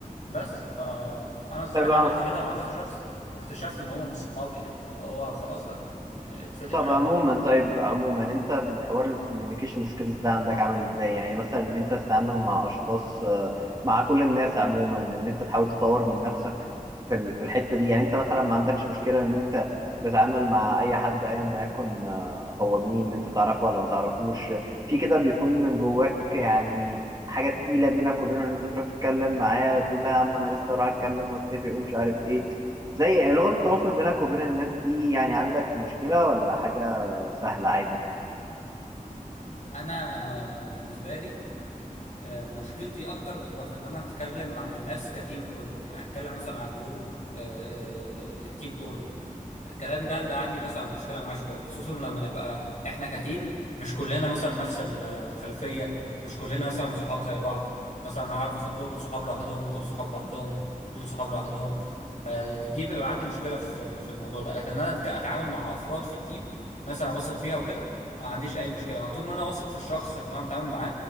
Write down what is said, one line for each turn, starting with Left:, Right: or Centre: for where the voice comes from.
Left: بس فانا الصراحه
Right: طيب
Left: عملت كده مع كذا شخص واكتشفت ان هم مش صحابي يعني فاللي هو خلاص لا اتفلق
Right: طب
Left: عادي
Right: عموما
Left: يعني
Right: طيب عموما انت بحوار الكوميونيكيشن سكيلز ده عندك عامل ازاي يعني مثلا ان انت تتعامل مع اشخاص آه، مع كل الناس عموما ان انت تحاول تطور من نفسك في ال- في الحتة دي يعني انت مثلا ما عندكش مشكلة ان انت تتعامل مع اي حد ايا ما يكن آه، هو مين انت تعرفه ولا ما تعرفوش في كده بيكون من جواك يعني حاجة تقيلة بينك وبينه ان انت تروح تتكلم معاه تقول لا يا عم انا لسه رايح اتكلم واتفق ومش عارف ايه زي لغة التواصل بينك وبين الناس دي يعني عندك مشكلة ولا حاجة سهلة عادي
Left: انا بالنسبه لي آه، مشكلتي اكتر بتبقى في ان انا اتكلم مع الناس كتيم كله يعني اتكلم مثلا على جروب آه، آه، للتيم كله الكلام ده اللي عندي مثلا مشكله معاه شويه خصوصا لما نبقى احنا كتيم مش كلنا مثلا نفس الخلفيه مش كلنا مثلا صحاب زي بعض مثلا اعرف مثلا دول صحاب لوحدهم ودول صحاب لوحدهم ودول صحاب لوحدهم آه، دي دي بيبقى عندي مشكله في ال- في الموضوع ده لكن انا أتك- اتعامل مع افراد في التيم ناس انا واثق فيها وكده ما عنديش اي مشكله انا طول ما انا واثق في الشخص اللي انا بتعامل معاه